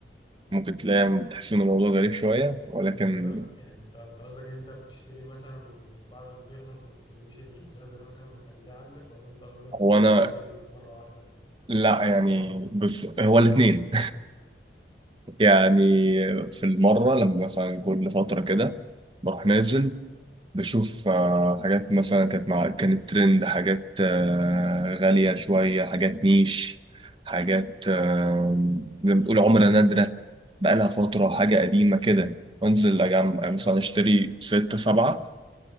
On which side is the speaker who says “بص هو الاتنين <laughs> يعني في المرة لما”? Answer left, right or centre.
Right